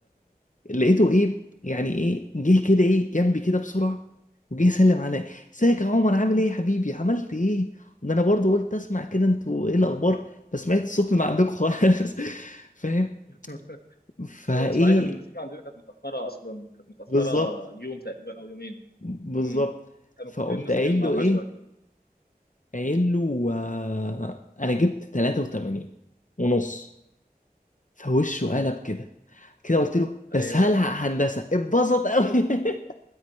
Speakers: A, on the left; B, on the left.
A: لقيته ايه يعني ايه جه كده ايه جنبي كده بسرعه وجه يسلم عليا ازيك يا عمر عامل ايه يا حبيبي عملت ايه ده انا برضو قلت اسمع كده انتوا ايه الاخبار ما سمعت الصوت من عندكم خالص <laughs> فاهم
B: <laughs>
A: فايه
B: صحيح إن النتيجه عندنا كانت متاخره اصلا كانت متاخره
A: بالظبط
B: يوم تقريبا او يومين
A: بالظبط
B: امم كانوا
A: فقمت
B: فاكرين ستيم
A: قايل له
B: او حاجه
A: ايه
B: شبه كده
A: قايل له آه، انا جبت 83 ونص فوشه قلب كده كده قلت له
B: ايوه
A: بس هلحق هندسه اتبسط قوي <laughs>